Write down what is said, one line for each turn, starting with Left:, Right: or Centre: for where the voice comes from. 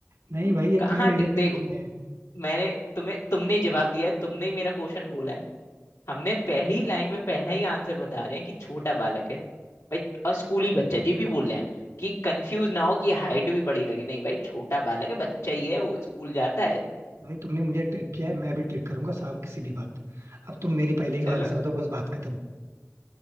Right: नहीं भाई ये
Left: कहाँ
Right: तुमने
Left: ट-
Right: ये ट्रिक
Left: देखो
Right: किया है
Left: मैंने तुम्हें तुमने ही जवाब दिया है, तुमने ही मेरा क्वेश्चन बोला है हमने पहली लाइन में पहला ही आंसर बता रहे हैं कि छोटा बालक है भाई और स्कूली बच्चा है, ये भी बोल रहे हैं कि कंफ्यूज ना हो कि हाइट भी बड़ी लगे नहीं भाई छोटा बालक है बच्चा ही है वो स्कूल जाता है
Right: भाई तुमने मुझे ट्रिक किया है मैं भी ट्रिक करूंगा साफ सीधी बात अब तुम मेरी पहले
Left: चलो
Right: का आंसर दो बस बात खत्म